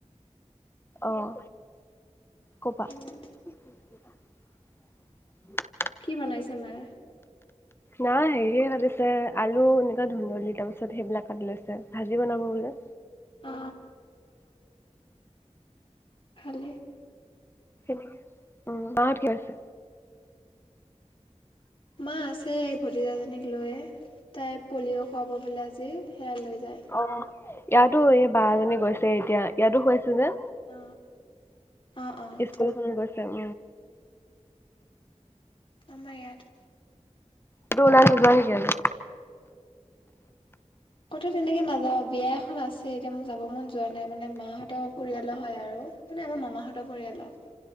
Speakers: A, on the left (about 20°); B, on the left (about 45°).
A: আহ কবা
B: উম,
A: <unintelligible>
B: কি বনাইছে মায়ে
A: না হেৰিয়ে কাটিছে আলু এনেকুৱা ধুন্দলি তাৰ পিছত সেইবিলাক কাটি লৈছে ভাজি বনাব বোলে
B: অ ভালে
A: নে উ মা ধুই আছে
B: মা আছে ভতিজাজনীক লৈ তাই পলিঅ' খুৱাব বোলে আজি হেয়ালৈ যায়
A: অ', ইয়াতো এই বাৰজনী গৈছে এতিয়া ইয়াতো খুৱাছে যে
B: অ অ', অ',
A: স্কুলখনত গৈছে উ
B: আমাৰ ইয়াত
A: তুমি উলাই নোজোৱা নেকি আজি
B: কতো তেনেকে নাযাও বিয়া এখন আছে এতিয়া মোৰ যাব মন যোৱা নাই মানে মা হতৰ পৰিয়ালৰ হয় আৰু মানে আমাৰ মামাহঁতৰ পৰিয়ালৰ